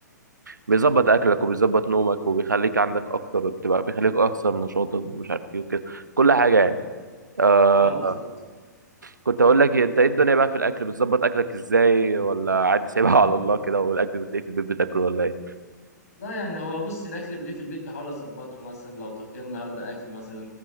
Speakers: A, on the right; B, on the left.
A: بيظبط اكلك وبيظبط نومك وبيخليك عندك اكتر بتبقى بيخليك اكثر نشاطا ومش عارف ايه وكده كل حاجه يعني آه،
B: اه بالظبط
A: كنت هقول لك إيه، انت ايه الدنيا بقى في الاكل بتظبط اكلك ازاي ولا عادي سايبها <laughs> على الله كده والاكل بتلاقيه في البيت بتاكله ولا ايه
B: لا يعني هو بص الاكل بليه في البيت بحاول اظبطه مثلا لو طبخنا النهارده اكل مثلا